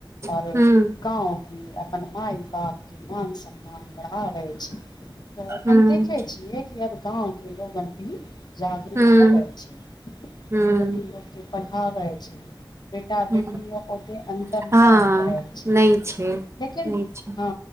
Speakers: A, on the left; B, on the right.
A: आऔर
B: हूँ
A: गाव कऽ अपन माय बाप के मान सम्मान बढ़ा रहे तऽ हम
B: हूँ
A: देखै छियै कि आब गाव के लोगन भी जागरू
B: हूँ
A: कऽ होबै छै
B: हूँ
A: बेटी लोक के पढ़ाबै छै। बेटा बेटी
B: हूँ
A: ओत अन्तर न
B: हँ
A: करै छै।
B: नहि छै
A: लेकिन
B: नहि छै
A: ह